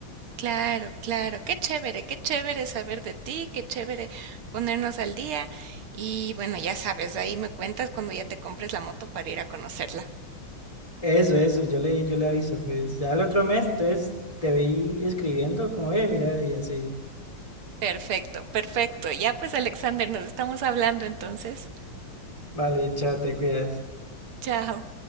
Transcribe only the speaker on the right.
Claro, claro, qué chévere, qué chévere saber de ti, qué chévere ponernos al día y bueno, ya sabes, ahí me cuentas cuando ya te compres la moto para ir a conocerla.
Perfecto, perfecto. Ya pues, Alexander, nos estamos hablando entonces.
Chao.